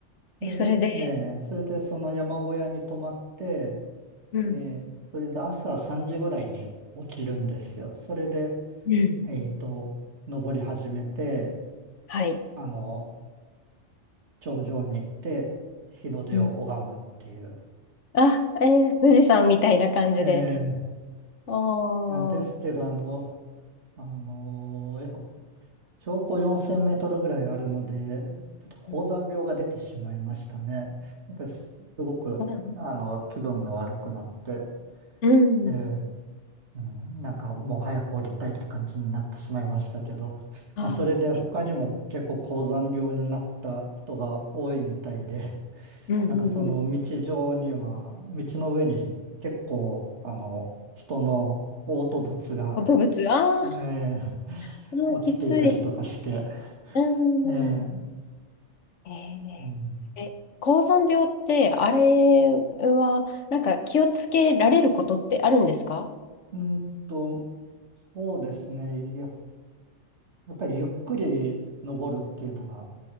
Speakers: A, on the right; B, on the left.
A: それで、
B: えそれで、
A: ええそれでその山小屋に泊まって、
B: うん。
A: ええそれで朝3時ぐらいに起きるんですよ。それで、
B: うん。
A: えっと、登り始めて、
B: はい。
A: あの、頂上に行って日の出を拝むっていう。
B: うんあ、えー富士山みたいな感じで。
A: ええ、
B: ああ、
A: いや、ですけど、
B: わ
A: あの、あのーやっぱ標高4000メートルぐらいあるので、ちょっと高山病が出てしまいましたね。
B: うん。
A: やっぱりす、すごく、
B: あ、
A: あの、気分が悪くなって、
B: うん。
A: ええ、うん、なんかもう早く降りたいって感じになってしまいましたけど、
B: あーえ、
A: まあ、それで他にも結構高山病になった人が多いみたいで、
B: うんうんうん。
A: なんかその道上には、道の上に結構、あの、人の嘔吐物が
B: 動物、あー
A: ねえ
B: あー、
A: 落ちていたりとかして、
B: きつい。うん。
A: ね
B: えー、
A: えうん、
B: え、高山病って、あれは、なんか気をつけられることってあるんですか
A: うんと、そうですね、や、やっぱりゆっくり登るっていうのが